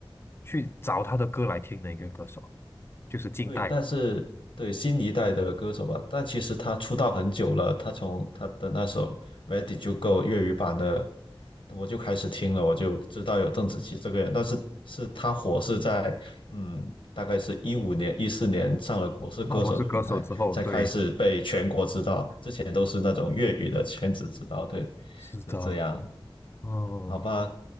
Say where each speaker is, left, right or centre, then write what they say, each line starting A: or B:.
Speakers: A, on the left; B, on the left.
A: 去找她的歌来听的一个歌手，就是近代的。
B: 对，但是对新一代的歌手吧，但其实他出道很久了，他从他的那首《Where Did You Go》粤语版的，我就开始听了，我就知道有邓紫棋这个人，但是是他火是在嗯，大概是一五年、一四年上了《我是歌手》的平台，
A: 鲍勃是歌手之后，
B: 才开始被全国知道，
A: 对。
B: 之前都是那种粤语的圈子知道，对，
A: 是的，
B: 就这样，
A: 嗯，
B: 好吧，